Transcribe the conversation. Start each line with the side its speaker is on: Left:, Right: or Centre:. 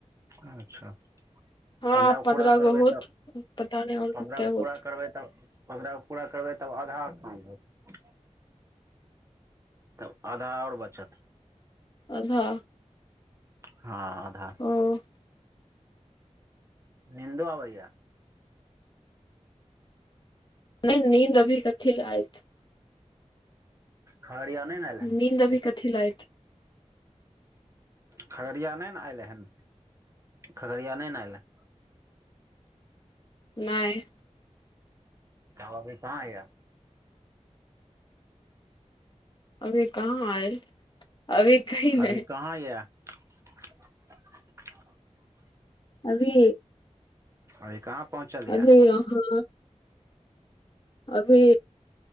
Right: अच्छा
Left: हँ
Right: पन्द्रहगो
Left: आब पन्द्रह
Right: पूरा करबै
Left: गो होत
Right: तऽ
Left: पता नहि आओर
Right: पन्द्रहगो
Left: कते होत
Right: पूरा करबै तब पन्द्रह पूरा करबै तब आधा काम होतै तब आधा आओर बचत
Left: आधा
Right: हँ आधा
Left: हँ
Right: निन्दो आबैयै
Left: नहि निन्न अभी कथि लेल एत
Right: खगड़िया नहि ने एल हन
Left: नीद अभी कथी लेल एत
Right: खगड़िया नहि ने अयले हेन खगड़िया नहि ने अयलै
Left: नहि
Right: तब अभी कहाँ यै
Left: अभी कहाँ आयल अभी कहीं नहि
Right: अभी कहाँ यै <unintelligible>
Left: अभी
Right: अभी कहाँ पहुँचल य
Left: अभी अहाँ अभी